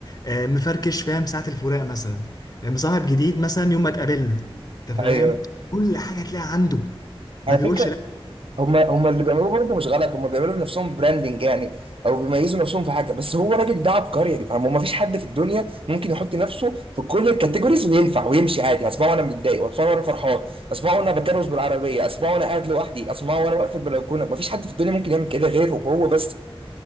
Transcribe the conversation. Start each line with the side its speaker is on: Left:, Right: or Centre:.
Left: آه مفركش فاهم ساعه الفراق مثلا آه، مصاحب جديد مثلا يوم ما اتقابلنا انت فاهم
Right: ايوه
Left: كل حاجه تلاقي عنده
Right: على
Left: ما بيقولش
Right: فكره هم هم اللي بيعملوه برضه مش غلط هم بيعملوا لنفسهم براندنج يعني او بيميزوا نفسهم في حاجه بس هو الراجل ده عبقري يعني فاهم ما فيش حد في الدنيا ممكن يحط نفسه في كل الكاتيجوريز وينفع ويمشي عادي اسمعه وانا متضايق واسمعه وانا فرحان اسمعه وانا بكرس بالعربيه اسمعه وانا قاعد لوحدي اسمعه وانا واقف في البلكونه ما فيش حد في الدنيا ممكن يعمل كده غيره هو بس